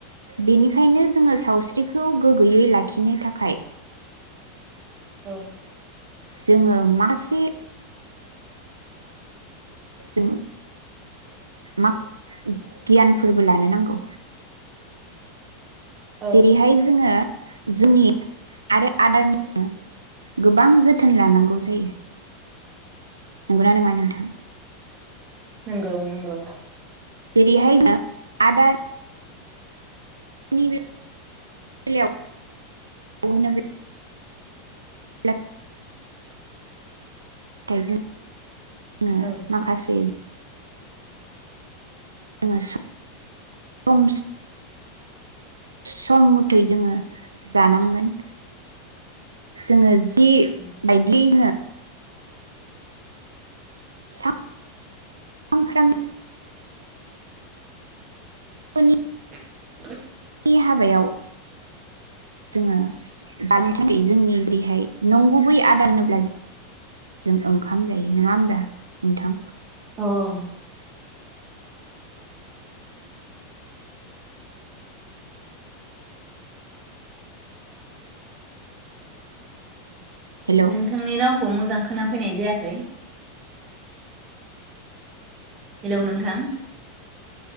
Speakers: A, on the right; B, on the right.
A: बेनिखायनो जोङो सावस्रिखौ गोगोयै लाखिनो थाखाय
B: औ
A: जोङो मासे जों मा गियानफोरबो लानो नांगौ।
B: औ
A: जेरैहाय जोङो जोंनि आरो आदारनि <unintelligible> गोबां जोथोन लानांगौ जायो। नोंगौ ना नोङा नोंथां?
B: नोंगौ नोंगौ।
A: जेरिहाय <unintelligible> आदार निबे बेलायाव बयनाबो <unintelligible> दा‌ जों ओ
B: औ
A: माखासे जोङो सम सम सम मथै जोङो जानांगोन जोङो जि जि
B: औ
A: बायदियै जोङो सा <unintelligible> बोनि
B: <inaudible>
A: बि हाबायाव जोङो जालांथों जोंनि जेरैहाय नंगुबै आदार होनोब्ला जों ओंखाम जायो नङा होमब्ला नोंथां,
B: औ
A: हेलौ
B: नोंथांनि राव मोजां खोना फैनाय जायाखै हेलौ नोंथां